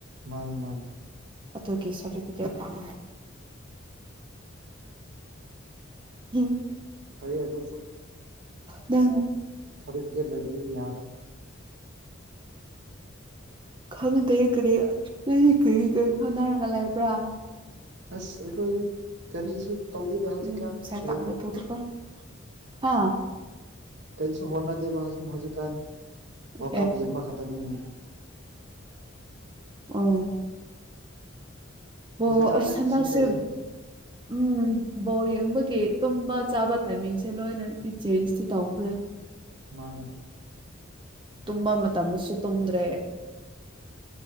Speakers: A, on the right (about 60°); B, on the right (about 25°).
A: ꯃꯥꯅꯦ ꯃꯥꯅꯦ
B: ꯑꯗꯨꯒꯤ ꯁꯥꯔꯇꯤꯐꯤꯀꯦꯠ ꯄꯥꯝ <unintelligible>
A: ꯐꯩꯑꯗꯨꯁꯨ
B: ꯅꯪ
A: ꯁꯥꯔꯇꯤꯐꯤꯀꯦꯠ ꯂꯩꯇ꯭ꯔꯗꯤ ꯌꯥꯗꯕ
B: ꯈꯪꯗꯦ ꯀꯔꯤ ꯅꯪꯗꯤ ꯀꯔꯤ ꯀꯔꯤ ꯍꯣꯠꯅꯔꯒ ꯂꯩꯕ꯭ꯔꯥ
A: ꯑꯁ ꯑꯩꯈꯣꯏꯗꯤ ꯀꯔꯤꯁꯨ ꯇꯧꯗꯦꯗ ꯍꯧꯖꯤꯛꯀꯥꯟ
B: ꯎꯝ
A: ꯗꯨꯝ
B: ꯁꯥꯏ
A: ꯂꯩꯗ
B: <unintelligible> ꯍꯥ
A: ꯀꯩꯁꯨ ꯍꯣꯠꯅꯗꯦ ꯃꯖꯨ ꯍꯧꯖꯤꯛꯀꯥꯟ ꯋꯥꯔ
B: ꯎꯝ
A: ꯀꯞ ꯌꯦꯡꯕ ꯈꯛꯇꯅꯤꯅꯦ
B: ꯑꯣ ꯕꯣ
A: ꯍꯧꯖꯤꯛꯀꯥꯟꯗꯤ
B: ꯑꯁ ꯍꯟꯗꯥꯛꯁꯦ
A: ꯐ꯭ꯔꯤꯗ ꯂꯩ
B: ꯎꯝ ꯕꯣꯜ ꯌꯦꯡꯕꯒꯤ ꯇꯨꯝꯕ ꯆꯥꯕ ꯇꯥꯏꯃꯤꯡꯁꯦ ꯂꯣꯏꯅꯗꯤ ꯆꯦꯟꯖꯇꯤ ꯇꯧꯈ꯭ꯔꯦ
A: ꯃꯥꯅꯦ
B: ꯇꯨꯝꯕ ꯃꯇꯝꯗꯁꯨ ꯇꯨꯝꯗ꯭ꯔꯦ